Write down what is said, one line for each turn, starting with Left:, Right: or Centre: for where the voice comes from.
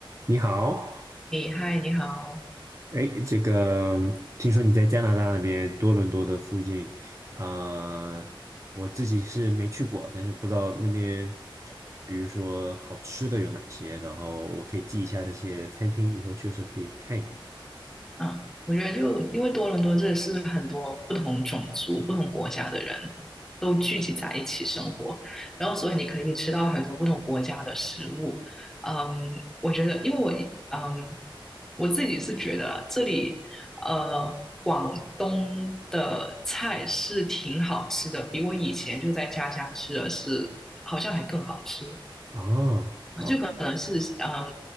Right: 你好，
Centre: 你嗨，你好，
Right: 哎，这个听说你在加拿大那边多伦多的附近，啊、我自己是没去过，但是不知道那边，比如说好吃的有哪些，然后我可以记一下那些餐厅，以后去的时候可以看一看。
Centre: 嗯，我觉得就因为多伦多这里是很多不同种族、不同国家的人都聚集在一起生活，然后所以你可以吃到很多不同国家的食物。嗯，我觉得，因为我嗯我自己是觉得啊这里呃广东的菜是挺好吃的，比我以前就在家乡吃的是好像还更好吃。
Right: 哦，
Centre: 啊，
Right: 好，
Centre: 就可能是嗯